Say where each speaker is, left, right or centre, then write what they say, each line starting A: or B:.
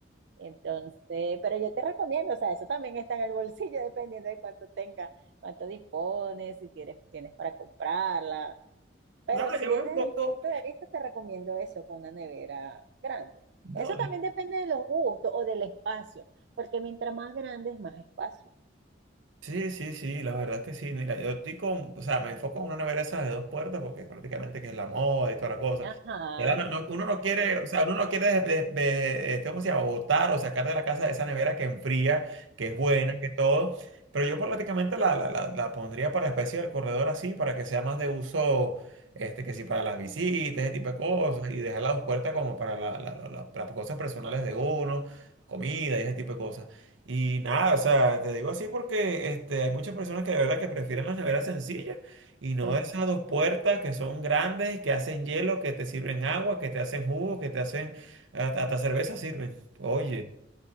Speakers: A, on the right (about 60°); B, on the right (about 85°).
A: Entonces, pero yo te recomiendo, o sea, eso también está en el bolsillo, <laughs> dependiendo de cuánto tenga, cuánto dispones, si tienes, tienes para comprarla. Pero
B: No,
A: si
B: yo
A: es
B: me enfoco.
A: desde mi punto de vista, te recomiendo eso, con una nevera grande.
B: No,
A: Eso también depende de los gustos o del espacio, porque mientras más grande es más espacio.
B: Sí, sí, sí, la verdad es que sí. Mira, yo estoy con, o sea, me enfoco en una nevera esas de dos puertas porque prácticamente que es la moda y toda la cosa.
A: Ajá,
B: Ya la no- no-
A: es
B: uno no quiere, o sea, uno no quiere, des- des- de- este, ¿cómo se llama? Botar o sacar de la casa esa nevera que enfría, que es buena, que todo. Pero yo prácticamente la, la, la, la pondría para especie del corredor así, para que sea más de uso, este, que sí, para las visitas, ese tipo de cosas, y dejar las dos puertas como para la- la- la- la- las cosas personales de uno, comida y ese tipo de cosas. Y nada, o sea, te digo así porque este, hay muchas personas que de verdad que prefieren las neveras sencillas y no
A: externa.
B: esas dos
A: <laughs>
B: puertas que son grandes, que hacen hielo, que te sirven agua, que te hacen jugo, que te hacen hasta, hasta cerveza sirven. Oye,